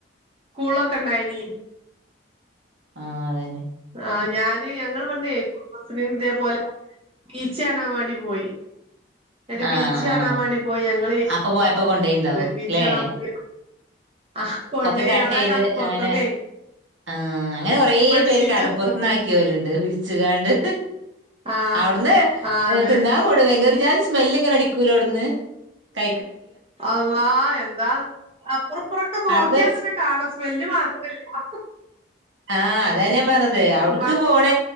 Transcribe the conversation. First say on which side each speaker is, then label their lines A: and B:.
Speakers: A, on the right; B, on the right.
A: സ്കൂളൊക്കെ ഇണ്ടായിനി
B: ആ അതെന്നെ
A: ആ ഞാന് ഞങ്ങള്ൾ ഇവിടന്ന് കുടുംബശ്രീ ബോല ബീച്ച കണാൻ വേണ്ടി പോയി എന്നട്ട്
B: ആഹ്
A: ബീച്ച് കാണാൻ
B: ആഹ്
A: വേണ്ടി പോയി ഞങ്ങള്നത്
B: അപ്പൊ പോയപ്പോ കൊണ്ടോയിണ്ടാവും
A: ബീച്ച്
B: ല്ലേ
A: കാണാൻ പോയി ആഹ് കൊണ്ടോയി
B: ഒക്കെ കട്ട്
A: അവിടെ
B: ചെയ്ത്
A: കടപ്പുറത്ത്ന്നേ
B: അങ്ങനെ ആ അങ്ങനെ കൊറേ
A: ബെഡ്ഷീറ്റും
B: പേര് കടപ്പുറത്തന്നാക്കി പോലുണ്ട് വിരിച്ച്കാണ്ട്
A: ആഹ്
B: അവിടുന്ന്
A: ആഹ് അതെ
B: തിന്നാൻ കൂടു ജാ സ്മെല് ഇങ്ങനെ അടിക്കൂല അവിടുന്ന് ക
A: അള്ളാ എന്താ അ പ്പുറ ഇപ്പുറൊക്കെ നോക്കിയാൽ
B: അവിടുന്നൊരു
A: തന്നെ കാണാം സ്മെല്ല് മാത്രല്ല ആ
B: ആഹ് അത ഞാൻ പറഞ്ഞത് അവിടക്ക്
A: മണ
B: പോണ